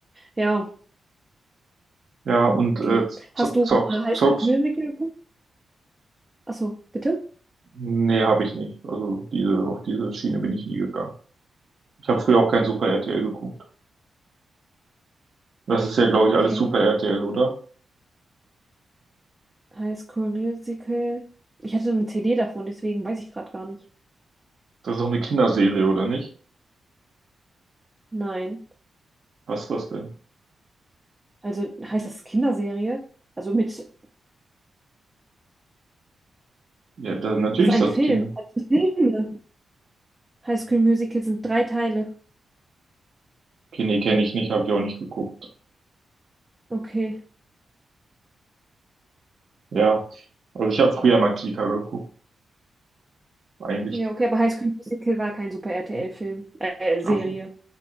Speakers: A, on the right; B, on the right.
A: Ja,
B: Ja,
A: okay.
B: und äh, Z-
A: Hast du
B: Zock,
A: mal High
B: Zocks?
A: School Musical geguckt? Achso, bitte?
B: Nee, habe ich nicht. Also diese, auf diese Schiene bin ich nie gegangen. Ich habe früher auch kein Super RTL geguckt. Das ist ja, glaube
A: Okay.
B: ich, alles Super RTL, oder?
A: High School Musical. Ich hatte eine CD davon, deswegen weiß ich gerade gar nicht.
B: Das ist doch eine Kinderserie, oder nicht?
A: Nein.
B: Was ist das denn?
A: Also heißt das Kinderserie? Also mit,
B: Ja, da, natürlich
A: das ist ein
B: ist das
A: Film.
B: Kinder.
A: Also Filme. High School Musical sind drei Teile.
B: Okay, nee, kenne ich nicht, habe ich auch nicht geguckt.
A: Okay.
B: Ja, also ich habe früher mal Kika geguckt, eigentlich.
A: Ja, okay, aber High School Musical war kein Super RTL-Film, äh, Serie.
B: Auf,